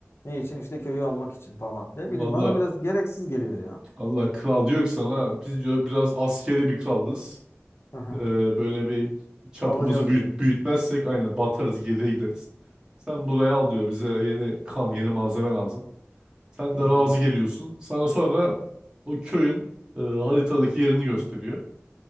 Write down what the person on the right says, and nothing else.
Valla
Allah kral diyor ki sana biz diyor biraz askeri bir krallız.
Ee, böyle bir çapımızı
büyüt,
büyütmezsek aynen batarız geriye gideriz. Sen burayı al diyor bize yeni kan yeni malzeme lazım. Sen
de razı geliyorsun. Sana sonra o köyün e, haritadaki yerini gösteriyor.